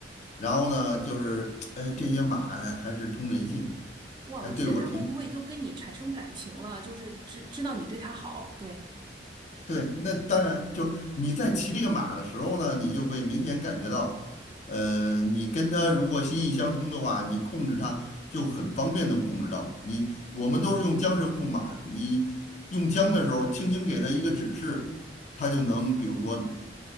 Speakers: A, on the left (about 40°); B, on the right (about 25°).
A: 然后呢，就是哎，这些马还是通人性，
B: 哇，
A: 还对我挺好。
B: 我觉得他会不会就跟你产生感情了？就是知知道你对他好，对，
A: 对，那当然就是你在骑这个马的时候呢，你就会明显感觉到，呃，你跟它如果心意相通的话，你控制它就很方便能控制到。你我们都是用缰绳控马，你用缰的时候，轻轻给它一个指示，它就能比如说